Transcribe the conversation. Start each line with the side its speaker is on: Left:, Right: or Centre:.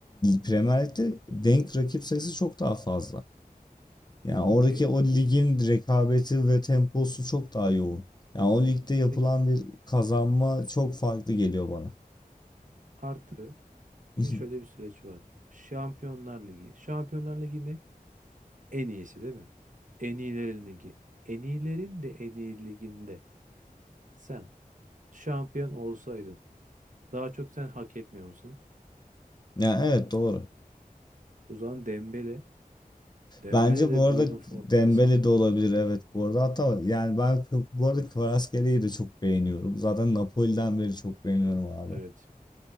Left: Premier Lig'de denk rakip sayısı çok daha fazla. Yani
Right: Okey.
Left: oradaki o ligin rekabeti ve temposu çok daha yoğun. Yani o ligde yapılan
Right: Peki
Left: bir kazanma çok farklı geliyor bana.
Right: artı bir
Left: <laughs>
Right: de şöyle bir süreç var. Şampiyonlar Ligi. Şampiyonlar Ligi'nin en iyisi değil mi? En iyilerin ligi. En iyilerin de en iyi liginde sen şampiyon olsaydın daha çok sen hak etmiyor musun?
Left: Yani evet doğru.
Right: O zaman Dembele. Dembele
Left: Bence
Right: de
Left: bu arada
Right: bu yılın formda
Left: Dembele
Right: ismi.
Left: de olabilir evet bu arada hatta yani ben Kv- bu arada Kvaratskhelia'yı da çok beğeniyorum. Zaten Napoli'den beri çok beğeniyorum abi.
Right: Evet.